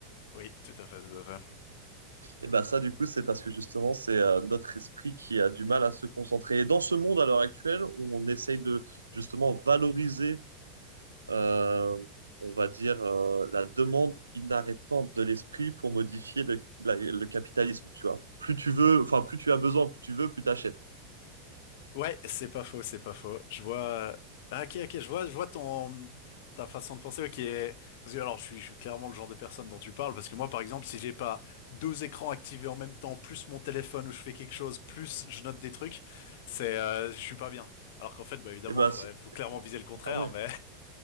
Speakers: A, on the left; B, on the right.
A: Oui, tout à fait, tout à fait.
B: Et ben ça, du coup, c'est parce que justement, c'est euh, notre esprit qui a du mal à se concentrer. Et dans ce monde, à l'heure actuelle, où on essaye de justement valoriser euh, on va dire, euh, la demande inarrêtante de l'esprit pour modifier le, la- le capitalisme, tu vois. Plus tu veux, enfin, plus tu as besoin, plus tu veux, plus tu achètes.
A: Ouais, c'est pas faux, c'est pas faux. Je vois. Ah, ok, ok, je vois, je vois ton ta façon de penser. Ok, parce que alors, je suis, je suis clairement le genre de personne dont tu parles. Parce que moi, par exemple, si j'ai pas deux écrans activés en même temps, plus mon téléphone où je fais quelque chose, plus je note des trucs, c'est, euh, je suis pas bien. Alors qu'en fait, bah évidemment,
B: Et ben,
A: il faudrait,
B: c'est-
A: faut clairement viser le contraire.
B: bah ouais.
A: Mais